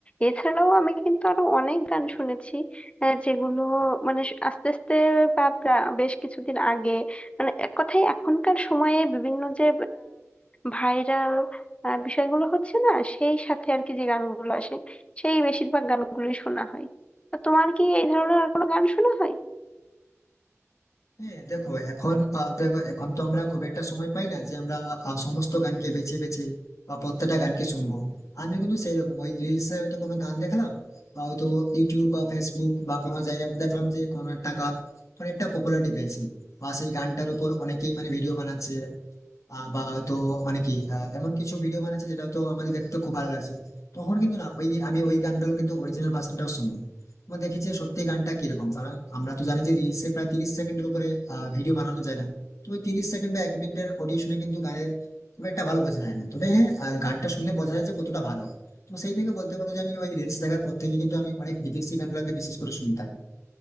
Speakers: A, on the left; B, on the left.
A: এছাড়াও আমি কিন্তু আরো অনেক গান শুনেছি আহ, যেগুলো মানে স- আস্তে আস্তে বা প্রা- বেশ কিছুদিন আগে মানে এক কথায় এখনকার সময়ে বিভিন্ন যে ভাইরাল বিষয়গুলো হচ্ছে না সেই সাথে আর কি যে গানগুলো আসে সেই বেশিরভাগ গানগুলোই শোনা হয় তো তোমার কি এই ধরনের আর কোনো গান শোনা হয়
B: হ্যাঁ দেখো এখন আহ, দেখো এখন তো আমরা খুব একটা সময় পাই না যে আমরা আহ, সমস্ত গানকে বেছে বেছে বা প্রত্যেকটা গানকে শুনবো আমি কিন্তু সেই রকম ওই রিলসে হয়তো কোনো গান দেখলাম বা হয়তো ইউটিউব বা ফেসবুক বা কোনো জায়গায় দেখলাম যে কোনো একটা গান অনেকটা পপুলারিটি পেয়েছে বা সেই গানটার উপর অনেকেই মানে ভিডিও বানাচ্ছে আহ, বা হয়তো মানে কি আহ, এমন কিছু ভিডিও বানাচ্ছে যেটা তো আমাদের দেখতে খুব ভালো লাগছে তখন কিন্তু না ওই আমি ওই গানটারও কিন্তু অরিজিনাল ভার্সনটাও শুনি এবং দেখেছি সত্যি গানটা কিরকম কারণ আমরা তো জানি যে রিলসে প্রায় তিরিশ সেকেন্ডের উপরে ভিডিও বানানো যায় না তো ওই তিরিশ সেকেন্ড বা এক মিনিটের অডিও শুনে কিন্তু গানের খুব একটা ভালো বোঝা যায় না তবে হ্যাঁ আহ, গানটা শুনলে বোঝা যায় যে কতটা ভালো হয়। তো সেই থেকে বলতে পারো যে আমি ওই রিলস দেখার পর থেকে কিন্তু আমি অনেক বিদেশি গানগুলোকে বিশেষ করে শুনে থাকি